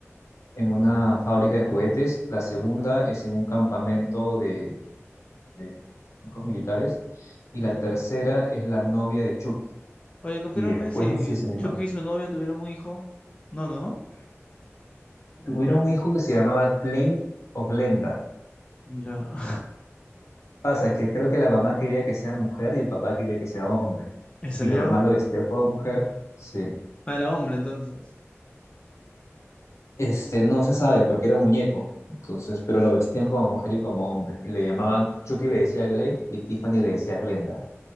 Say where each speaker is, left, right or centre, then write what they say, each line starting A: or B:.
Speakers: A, on the left; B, on the left.
A: en una fábrica de juguetes, la segunda
B: No.
A: es en un campamento de, de chicos militares y la tercera es la novia de Chucky.
B: Oye, confírmame
A: Y después
B: si
A: no sé si hay
B: Chucky
A: más.
B: y su novia tuvieron un hijo. No, no.
A: Tuvieron un hijo que se llamaba Glenn o Glenda.
B: Ya. <laughs>
A: Pasa que creo que la mamá quería que sea mujer y el papá quería que sea hombre.
B: ¿Y salió?
A: Y la mamá lo vestía como mujer, sí.
B: Ah, era hombre entonces.
A: Este, no se sabe porque era un muñeco. Entonces, pero lo vestían como mujer y como hombre. Y le llamaban, Chucky le decía Glenn y Tiffany le decía Glenda.